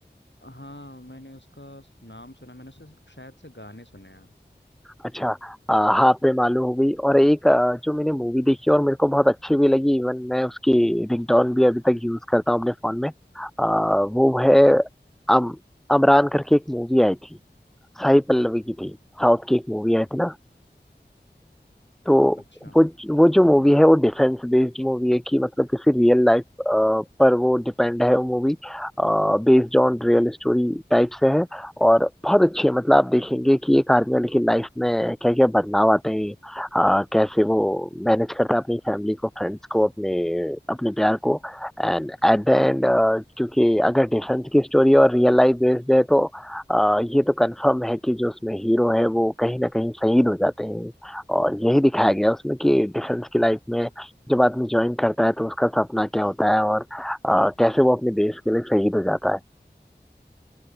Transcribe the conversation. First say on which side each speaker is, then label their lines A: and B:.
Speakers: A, on the left; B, in the centre.
A: हाँ मैंने उसका नाम सुना मैंने उसके सिर्फ शायद से गाने सुने हैं
B: अच्छा अ, हाँ प्रेमालू हो गई और एक अ, जो मैंने मूवी देखी और मेरे को बहुत अच्छी भी लगी इवन मैं उसकी रिंगटोन भी अभी तक यूज करता हूँ अपने फोन में अ, वो है अम अमरान करके एक मूवी आई थी साई पल्लवी की थी साउथ की एक मूवी आई थी ना तो
A: अच्छा
B: वो वो जो मूवी है वो डिफेंस बेस्ड मूवी है कि मतलब किसी रियल लाइफ पर वो डिपेंड है वो movie based on real story type से है और बहुत अच्छी है मतलब आप देखेंगे कि एक आर्मी वाले की लाइफ में क्या क्या बदलाव आते हैं अ, कैसे वो मैनेज करता है अपनी फैमिली को फ्रेंड्स को अपने अपने प्यार को एंड एट द एंड क्योंकि अगर डिफेंस की स्टोरी और रियल लाइफ बेस्ड है तो अ, ये तो कंफर्म है कि जो उसमें हीरो है वो कहीं ना कहीं शहीद हो जाते हैं और यही दिखाया गया उसमें कि डिफेंस की लाइफ में जब आदमी ज्वाइन करता है तो उसका सपना क्या होता है और अ, कैसे वो अपने देश के लिए शहीद हो जाता है